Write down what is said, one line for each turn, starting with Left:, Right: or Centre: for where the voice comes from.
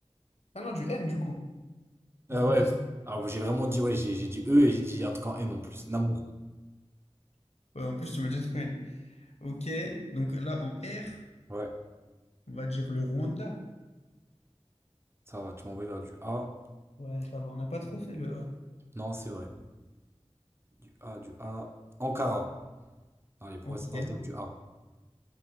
Left: Ah non, du N du coup, Ouzbékistan.
Right: Ah ouais. Alors j'ai vraiment dit, ouais, j'ai j'ai dit E et j'ai dit un truc en N en plus. Namour.
Left: Ouais, en plus, tu m'as dit un truc. ouais. Ok, donc là, en R,
Right: Ouais,
Left: on va dire le Rwanda.
Right: ça va, tu m'as envoyé vers du A.
Left: Ouais, ça va, on n'a pas trop fait le A.
Right: Non, c'est vrai. Du A, du A. Ankara. Allez, pour
Left: Ok.
Right: rester dans le thème du A.